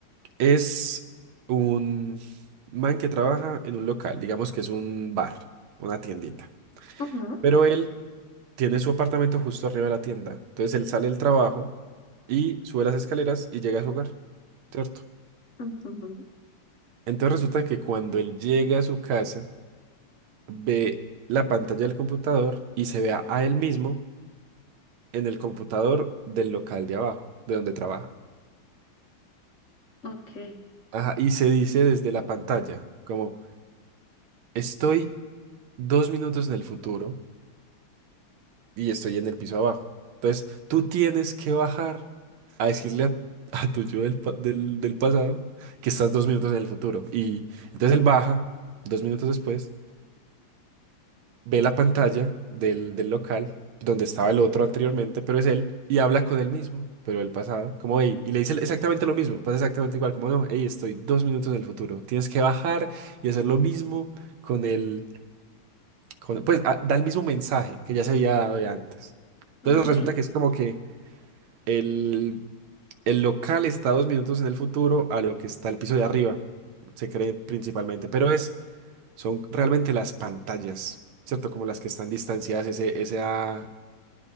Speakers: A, on the right; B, on the left.
A: es un man que trabaja en un local, digamos que es un bar, una tiendita.
B: Ujú,
A: Pero él tiene su apartamento justo arriba de la tienda. Entonces él sale del trabajo y sube las escaleras y llega a su hogar, ¿cierto?
B: ujú,
A: Entonces resulta que cuando él llega a su casa, ve la pantalla del computador y se vea a él mismo en el computador del local de abajo, de donde trabaja.
B: Ok,
A: Ajá, y se dice desde la pantalla, como estoy dos minutos en el futuro y estoy en el piso abajo. Entonces, tú tienes que bajar a decirle a, <laughs> a tu yo del, pa- del del pasado que estás dos minutos en el futuro. Y entonces él baja dos minutos después. ve la pantalla del, del local donde estaba el otro anteriormente, pero es él, y habla con él mismo, pero el pasado, como hey, y le dice exactamente lo mismo, pasa exactamente igual, como no, hey, estoy dos minutos en el futuro, tienes que bajar y hacer lo mismo con el, con, pues ah, da el mismo mensaje que ya se había dado de antes. Entonces
B: ok.
A: resulta que es como que el, el local está dos minutos en el futuro a lo que está el piso de arriba, se cree principalmente, pero es son realmente las pantallas, ¿cierto? Como las que están distanciadas, ese, esa-